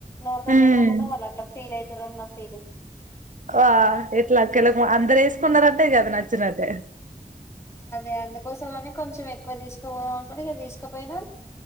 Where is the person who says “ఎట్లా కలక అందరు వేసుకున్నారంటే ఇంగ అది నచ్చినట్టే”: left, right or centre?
Right